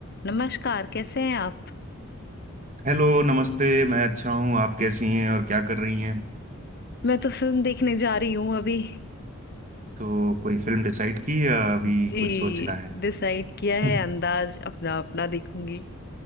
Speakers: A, on the left; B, on the right.
A: नमस्कार कैसे हैं आप
B: Hello नमस्ते मैं अच्छा हूँ आप कैसी हैं और क्या कर रही हैं
A: मैं तो फिल्म देखने जा रही हूँ अभी
B: तो कोई फिल्म डिसाइड की या अभी
A: जी
B: कुछ सोचना है
A: डिसाइड किया है
B: <laughs>
A: अंदाज अपना अपना देखूंगी